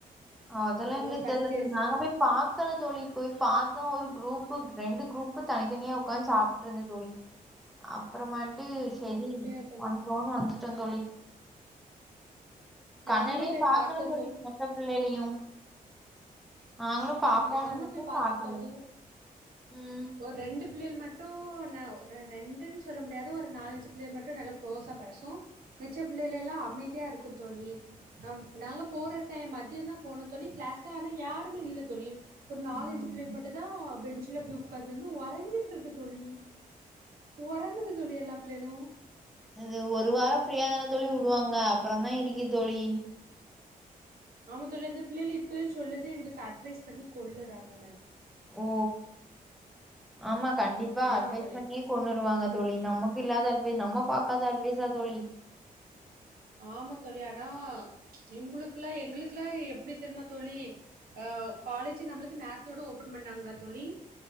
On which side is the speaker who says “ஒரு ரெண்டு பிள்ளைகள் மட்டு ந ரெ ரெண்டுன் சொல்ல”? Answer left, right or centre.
Right